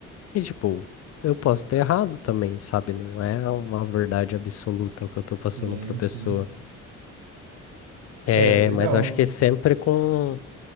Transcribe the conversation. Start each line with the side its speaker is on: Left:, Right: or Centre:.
Left: E, tipo, eu posso ter errado também, sabe? Não é uma verdade absoluta o que eu tô passando
Right: sim,
Left: pra pessoa.
Right: sim.
Left: É,
Right: É, legal.
Left: mas eu acho que sempre com